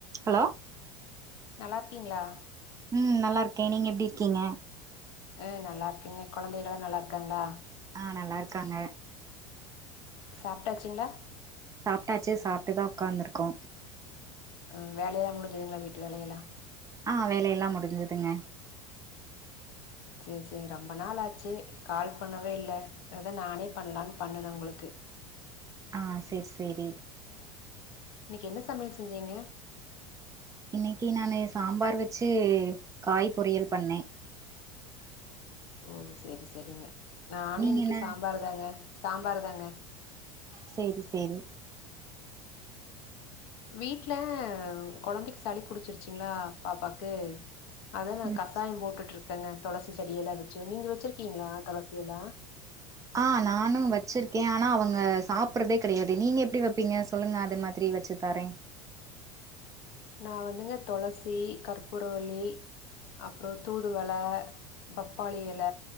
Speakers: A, on the right; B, on the left.
A: Hello
B: நல்லா இருக்கீங்ளா
A: ம் நல்லா இருக்கே நீங்க எப்டி இருக்கீங்க
B: ஆ நல்லா இருக்கேங்க கொழந்தைகளா நல்லா இருக்காங்ளா
A: ஆ நல்லா இருக்காங்க
B: சாப்ட்டாச்சுங்ளா
A: சாப்ட்டாச்சு சாப்ட்டு தா ஒக்காந்துருக்கோ
B: ஆ வேலயலா முடிஞ்சதுங்ளா வீட்டு வேலயெல்லா
A: ஆ வேலை எல்லா முடிஞ்சுதுங்க
B: சேர் சேர் ரொம்ப நாள் ஆச்சு கால் பண்ணவே இல்ல அதா நானே பண்லான்னு பண்ணுணே உங்ளுக்கு
A: ஆ சேர் சேரி
B: இன்னைக் என்ன சமையல் செஞ்சீங்க
A: இன்னைக்கி நானு சாம்பார் வச்சு காய் பொரியல் பண்ணே
B: ஓ செரி செரிங்க நானு
A: நீங்க
B: இன்னைக்கி
A: என்ன
B: சாம்பாரு தாங்க சாம்பாரு தாங்க
A: சேர் செரி
B: வீட்ல கொழந்தைக்கு சளி புடுச்சிருச்சிங்ளா பாப்பாக்கு அதா நா
A: ம்
B: கசாயோ போட்டுட் ருக்கேங்க தொளசி செடி எல்லா வச்சு நீங்க வச்சிருக்கீங்ளா தொளசி எல்லா
A: ஆ நானு வச்சிருக்கே ஆனா அவங்க சாப்புறதே கெடயாது நீங்க எப்டி வப்பீங்க சொல்லுங்க அது மாதிரி வச்சு தாரே
B: நா வந்துங்க தொளசி கற்பூர வள்ளி அப்றோ தூதுவள பப்பாளி எல